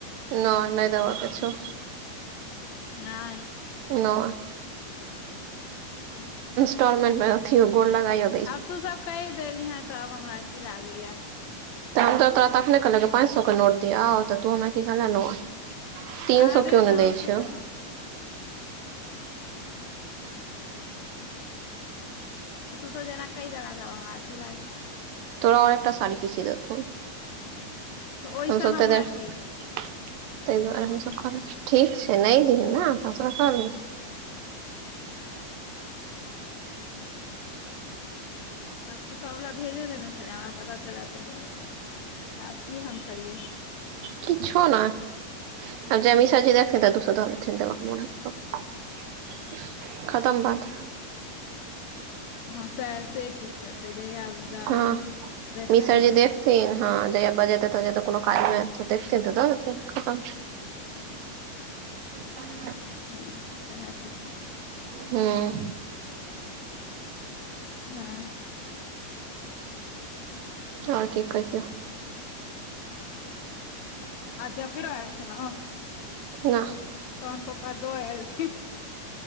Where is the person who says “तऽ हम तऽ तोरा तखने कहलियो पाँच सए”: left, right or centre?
Right